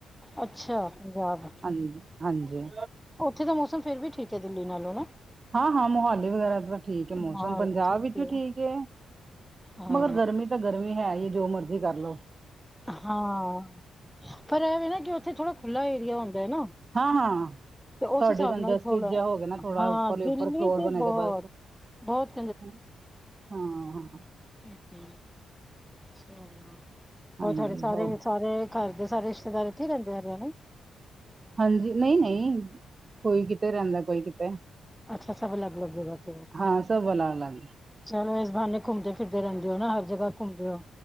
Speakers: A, in the centre; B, on the right (about 25°).
A: ਅੱਛਾ, ਪੰਜਾਬ।
B: ਹਾਂਜ-ਹਾਂਜੀ
A: ਔਥੇ ਦਾ ਮੌਸਮ ਫੇਰ ਵੀ ਠੀਕ ਐ। ਦਿੱਲੀ ਨਾਲੋਂ ਨਾ
B: ਹਾਂ- ਹਾਂ ਮੋਹਾਲੀ ਵਗੈਰਾ ਤਾਂ ਠੀਕ ਹੈ। ਮੌਸਮ
A: ਮਾਹੌਲ
B: ਪੰਜਾਬ ਵਿੱਚ
A: ਹੈ
B: ਵਿ ਠੀਕ ਏ
A: ਹਾਂ
B: ਪਰ ਗਰਮੀ ਤਾਂ ਗਰਮੀ ਹੈਈ। ਜੋ ਮਰਜ਼ੀ ਕਰਲੋ
A: ਹਾਂ, ਪਰ ਐਹ ਵੇਂ ਨਾ ਕਿ ਔਥੇ ਥੋੜਾ ਖੁੱਲਾ ਏਰੀਆ ਹੁੰਦਾ ਏ ਨਾ
B: ਹਾਂ- ਹਾਂ,
A: ਤੇ ਉਸ
B: ਤੁਹਾਡੇ
A: ਹਿਸਾਬ
B: ਕੰੰਡਸਟਿਡ
A: ਨਾਲ ਥੋੜਾ
B: ਜਾ ਹੋ ਗਿਆ ਨਾ ਥੋੜ੍ਹਾ
A: ਹਾਂ ਦਿੱਲੀ
B: ਔਪਰ ਫਲੋਰ
A: ਤੇ
B: ਬਣੇ
A: ਬਹੁਤ
B: ਦੇ ਬਾਇਸੋ, ਹੈ।
A: ਬਹੁਤ
B: ਹਾਂ--ਹਾ
A: ਅਹ ਚਲਾਂ
B: ਹਾਂਜੀ
A: ਹੋਰ ਤੁਡੇ ਸਾਰੇ
B: ਹੋ
A: ਦੇ ਸਾਰੇ ਘਰਦੇ ਸਾਰੇ ਰਿਸ਼ਤੇਦਾਰ ਇੱਥੇ ਹੀ ਰੈਂਦੇ ਹਰਿਆਣੇ
B: ਹਾਂਜੀ, ਨਈ- ਨਈ ਕੋਈ ਕਿਤੇ ਰੈਂਦਾ ਕੋਈ ਕਿਤੇ
A: ਅੱਛਾ- ਅਛਾ ਫੇਰ ਅਲੱਗ- ਅਲਗ ਰੈਤੇ ਔ
B: ਹਾਂ ਸਭ ਅਲੱਗ ਅਲੱਗ
A: ਚਲੋ ਇਸ ਬਹਾਨੇ ਘੁੰਮਦੇ ਫਿਰਦੇ ਰਹਿੰਦੇ ਹੋ ਨਾ ਹਰ ਜਗ੍ਹਾ ਘੁੰਮਦੇ ਔ